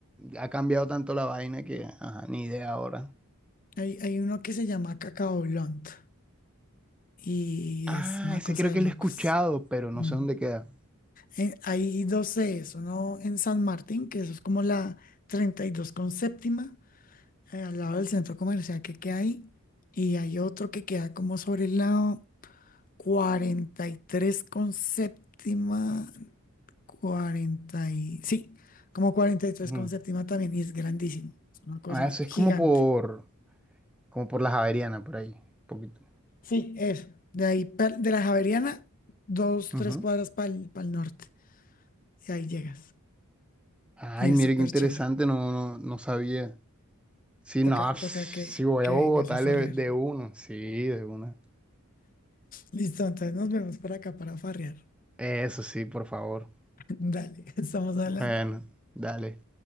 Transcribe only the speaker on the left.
Hay, hay uno que se llama Cacao Blunt y
es una
cosa
de
locos.
Mm.
Eh, hay dos sedes, uno en San Martín, que eso es como la 32 con séptima, eh, al lado del centro comercial que queda ahí, y hay otro que queda como sobre el lado 43 con séptima, 40 y, sí, como cuarenta y tres
con séptima también, y es grandísimo, es una cosa
gigante.
Sí, eso, de ahí, per- de la Javeriana, dos,
tres cuadras para el norte, y ahí llegas,
y es
súper
chévere,
toca,
toca
que,
que
vengas a
farrear.
Listo, entonces nos vemos por acá para farrear.
<laughs> Dale, estamos hablando.